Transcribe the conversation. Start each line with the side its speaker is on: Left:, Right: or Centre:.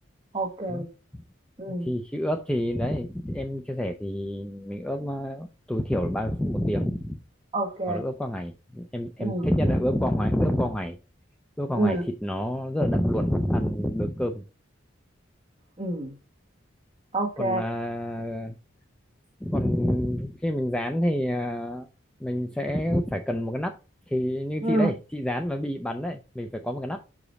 Right: ok
Centre: Ừ.
Right: ừ
Centre: thì khi ướp thì đấy em chia sẻ thì mình ướp à, tối thiểu là 30 phút một tiếng
Right: ok
Centre: hoặc là ướp qua ngày em em
Right: ừ
Centre: thích nhất là ướp qua ngày ướp qua ngày ướp qua
Right: ừ
Centre: ngày thịt nó rất là đậm luôn ăn được cơm
Right: ừ ok
Centre: còn à, còn khi mình rán thì à, mình sẽ phải cần một cái nắp thì như
Right: ừ
Centre: chị đây chị rán mà bị bắn đấy mình phải có một cái nắp